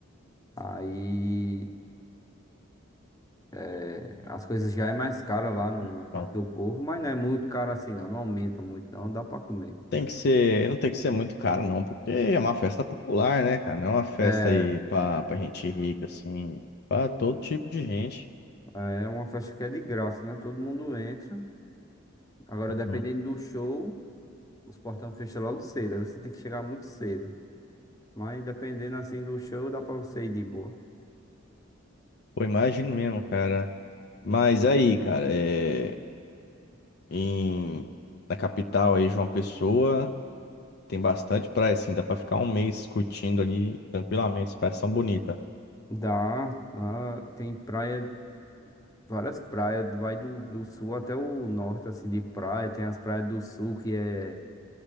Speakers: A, on the left; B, on the left.
A: aí é, as coisas já é mais cara lá no,
B: Então,
A: no Parque do Povo, mas não é muito caro assim não, não aumenta muito não, dá pra comer.
B: tem que ser, não tem que ser muito caro, não, porque é uma festa popular, né, cara? Não é uma festa
A: É,
B: aí pra, pra gente rica, assim, pra todo tipo de gente.
A: é uma festa que é de graça, né? Todo mundo entra. Agora, dependendo
B: Uhum.
A: do show Os portão fecham logo cedo, aí você tem que chegar muito cedo. Mas dependendo assim do show, dá pra você ir de boa.
B: Pô, imagino mesmo, cara. Mas aí, cara, é, em, na capital aí, João Pessoa. Tem bastante praia, assim, dá pra ficar um mês curtindo ali tranquilamente. As praias são bonitas.
A: Dá, lá tem praia, várias praias, vai do, do sul até o norte, assim, de praia. Tem as praias do sul, que é,